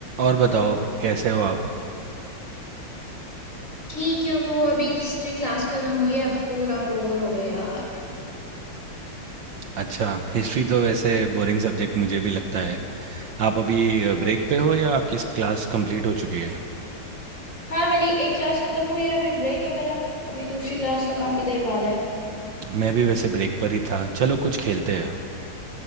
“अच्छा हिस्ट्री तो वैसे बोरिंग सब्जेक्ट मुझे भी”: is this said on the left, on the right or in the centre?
Right